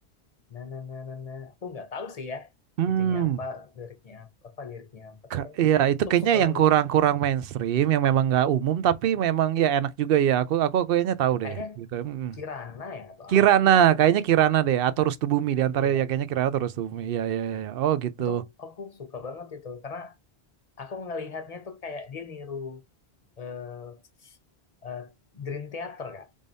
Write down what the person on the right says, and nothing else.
Hmm,
ka-
iya itu
kayaknya
yang
kurang-kurang mainstream, yang memang nggak umum, tapi memang ya enak juga ya. Aku aku kayaknya tahu
deh, gitu. Mm-mm.
Kirana,
kayaknya Kirana deh, atau Rustubumi di antara
ya kayaknya Kirana atau Rustubumi. Iya iya iya. iya. Oh gitu.